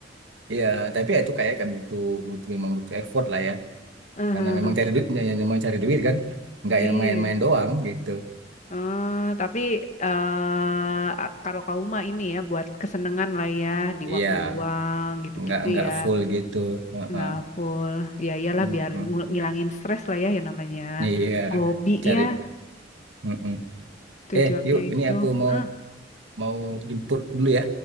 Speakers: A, on the right (about 70°); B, on the left (about 40°).
A: Iya, tapi ya itu kayak kayak butuh butuh memang butuh effort lah ya.
B: <laughs> Heeh,
A: Karena memang cari duit ya, ya, memang cari duit kan. Nggak
B: iya.
A: yang main-main doang gitu.
B: Eh, tapi eh kalau kamu mah ini ya buat kesenangan lah ya di
A: Iya,
B: waktu luang gitu-gitu
A: nggak nggak
B: ya.
A: full gitu. Heeh,
B: Nggak full. Ya iyalah
A: heeh.
B: biar ngul- ngilangin stres lah ya yang namanya
A: Iya,
B: hobi
A: cari.
B: ya
A: heeh.
B: Tujuannya
A: Eh, yuk ini
B: itu.
A: aku mau
B: Ah.
A: mau jemput dulu ya.